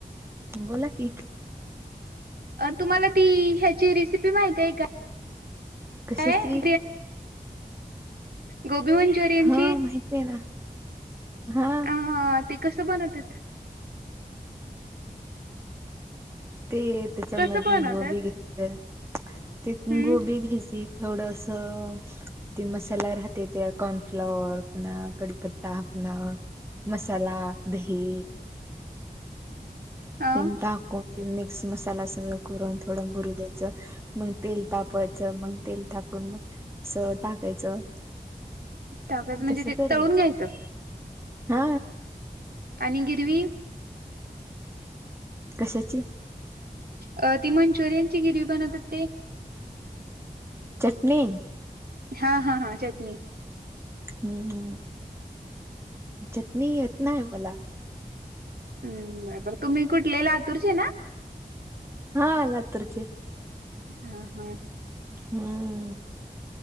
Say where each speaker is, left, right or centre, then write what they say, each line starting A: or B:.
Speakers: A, on the right; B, on the right.
A: बोला की
B: तुम्हाला ती ह्याची रेसिपी माहिती हाय का?
A: कशाची
B: काय <inaudible> गोबी मान्चुरी मंचुरियनची
A: हा माहिती आहे ना हा
B: हा ते कस बनत्यात
A: ते त्याच्यामध्ये
B: कसं बनवतात
A: कोबी घ्यायचं ते कोबी
B: हम्म
A: घ्यायची थोडंसं ते मसाला राहते त्यया कॉर्नफ्लॉवर पुन्हा कडीपत्ता पुन्हा मसाला दही
B: अ
A: तेन टाकून ते मिक्स मसाला सगळं करून थोडं मुरू द्यायचं मग तेल तापवायचं मग तेल टाकूनग मग सगळं टाकायचं
B: टाकायचं म्हणजे
A: तस
B: ते
A: करायच
B: तळून घ्यायचं
A: हा
B: आणि गिरवी
A: कशाची
B: अ ती मंचुरियन ची गिरवी बनवत्यात ते
A: चटनी
B: हा हा हा चटणी
A: हम चटणी येत नाय मला
B: हम बर बर तुम्ही कुठले लातुरचे ना
A: हा लातूर चे
B: हा हा
A: हम